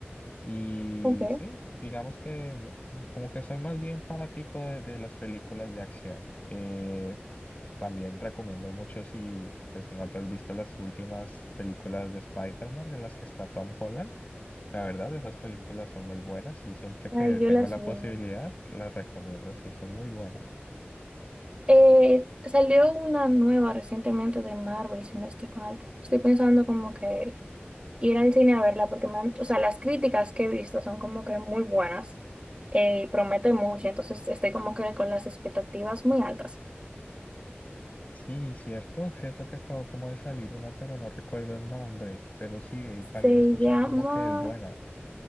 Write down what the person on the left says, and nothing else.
y
sí, digamos que me- como que soy más bien fanático de, de las películas de acción. Eh, también recomiendo mucho si pues no te has visto las últimas películas de Spider-Man en las que está Tom Holland. La verdad, esas películas son muy buenas y siempre que
tengo
la
posibilidad, las recomiendo, sí, son muy buenas.
Sí, cierto, cierto que acabó como de salir una, pero no recuerdo el nombre, pero sí, y también
escuchaba
como que es buena.